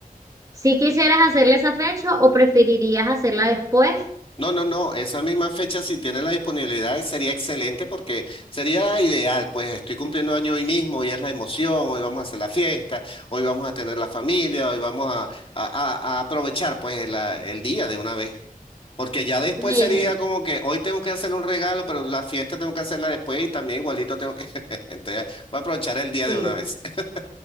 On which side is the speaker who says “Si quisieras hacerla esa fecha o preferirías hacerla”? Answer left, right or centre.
Right